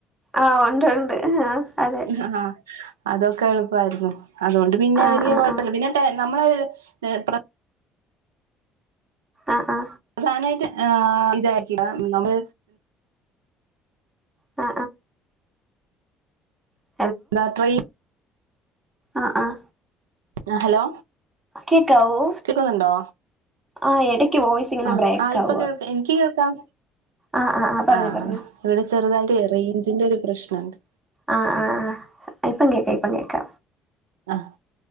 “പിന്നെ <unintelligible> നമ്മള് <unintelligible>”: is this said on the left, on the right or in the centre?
Right